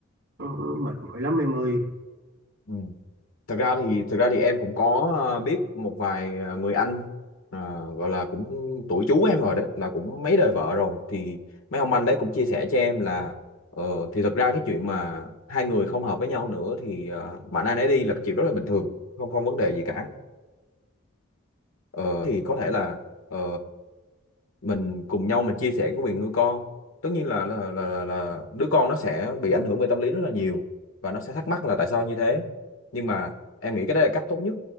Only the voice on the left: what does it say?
Ừ. thực ra thì thực ra thì em cũng có ờ, biết một vài ờ, người anh ờ, gọi là cũng tuổi chú em rồi đấy là cũng mấy đời vợ rồi thì mấy ông anh đấy cũng chia sẻ cho em là ờ, thì thực ra cái chuyện mà hai người không hợp với nhau nữa thì uh, mạnh ai nấy đi là cái chuyện rất là bình thường không không vấn đề gì cả Ờ, thì có thể là ờ, mình cùng nhau mình chia sẻ cái quyền nuôi con tất nhiên là là, là là là đứa con nó sẽ bị ảnh hưởng về tâm lý rất là nhiều và nó sẽ thắc mắc là tại sao như thế nhưng mà em nghĩ cái đó là cách tốt nhất